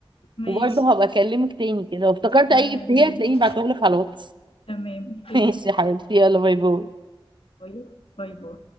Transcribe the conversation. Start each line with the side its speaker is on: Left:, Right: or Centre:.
Left: ماشي
Right: وبرضه هبقى أكلمك تاني كده لو افتكرت
Left: تمام
Right: أي إفيه
Left: ماشي
Right: هتلاقيني بعتهولك على الواتس
Left: تمام اوكي
Right: <laughs> ماشي يا حبيبتي يلا باي باي
Left: طيب باي باي